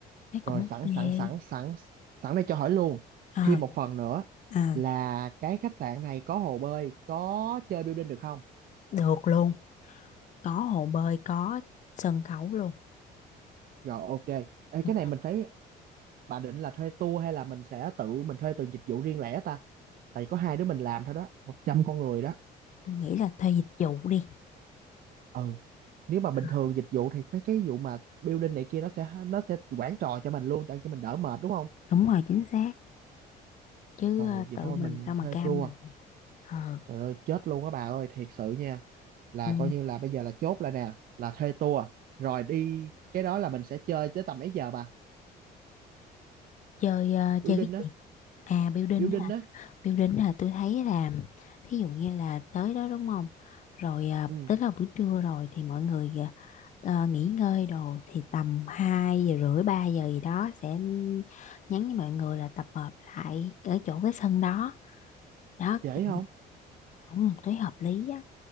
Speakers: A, on the left (about 45°); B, on the right (about 60°).
A: nó cũng
B: rồi
A: ok
B: sẵn sẵn sẵn sẵn sẵn đây cho hỏi luôn
A: ờ
B: thêm một phần nữa
A: à,
B: là cái khách sạn này có hồ bơi có chơi building được không
A: được luôn có hồ bơi có sân khấu luôn
B: rồi ok Ê,
A: ừ.
B: cái này mình phải bà định là thuê tour hay là mình sẽ tự mình thuê từng dịch vụ riêng lẻ ta tại có hai đứa mình làm thôi đó 100 con người đó
A: tôi nghĩ là thuê dịch vụ đi
B: ừ nếu mà
A: Ờ,
B: bình thường dịch vụ thì mấy cái vụ mà building này kia nó sẽ nó sẽ quản trò cho mình luôn để cho mình đỡ mệt đúng không
A: đúng rồi chính xác chứ
B: rồi
A: ờ,
B: vậy
A: tự
B: thôi
A: mình
B: mình
A: sao mà
B: thuê
A: cam
B: tour
A: được ờ
B: trời ơi chết luôn á bà ơi thiệt sự nha là
A: Ừ.
B: coi như là bây giờ là chốt lại nè là thuê tour rồi đi cái đó là mình sẽ chơi tới tầm mấy giờ bà
A: Chơi ờ,
B: building
A: chơi cái
B: á
A: gì? À building
B: building
A: hả?
B: á
A: Building là tôi thấy là thí dụ như là tới đó đúng không? Rồi ờ,
B: ừ
A: tới là buổi trưa rồi thì mọi người ờ, ờ, nghỉ ngơi đồ thì tầm 2 giờ rưỡi 3 giờ gì đó sẽ nhắn với mọi người là tập hợp lại ở chỗ cái sân đó. Đó
B: trễ
A: tại
B: không
A: vì không, tôi hợp lý á.